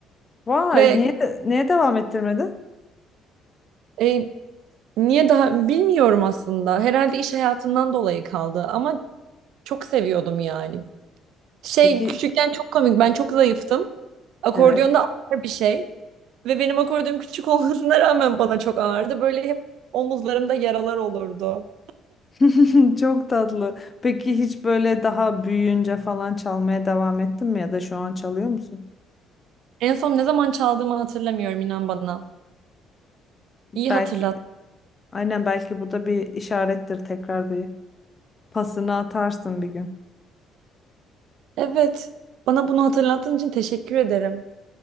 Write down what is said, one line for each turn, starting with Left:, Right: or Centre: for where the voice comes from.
Left: Vay,
Right: Ve
Left: niye niye devam ettirmedin?
Right: e, Niye daha bilmiyorum aslında. Herhalde iş hayatından dolayı kaldı ama çok seviyordum yani. Şey
Left: Peki,
Right: küçükken çok komik. Ben çok zayıftım. Akordiyonda
Left: evet.
Right: ağır bir şey ve benim akordiyonum küçük <laughs> olmasına rağmen bana çok ağırdı. Böyle hep omuzlarımda yaralar olurdu.
Left: <laughs> Çok tatlı. Peki hiç böyle daha büyüyünce falan çalmaya devam ettin mi ya da şu an çalıyor musun?
Right: En son ne zaman çaldığımı hatırlamıyorum inan bana. İyi
Left: Belki
Right: hatırlat.
Left: aynen belki bu da bir işarettir. Tekrar bir pasını atarsın bir gün.
Right: Evet. Bana bunu hatırlattığın için teşekkür ederim.